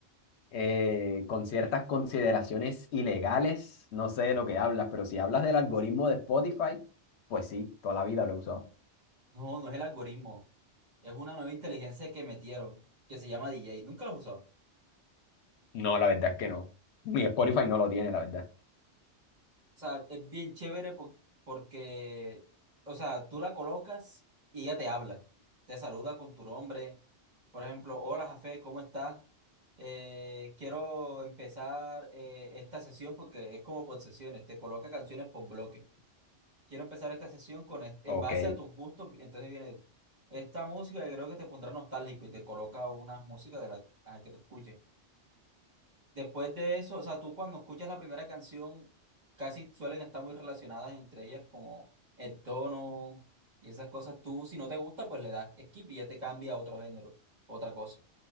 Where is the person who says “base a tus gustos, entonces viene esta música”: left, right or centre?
Right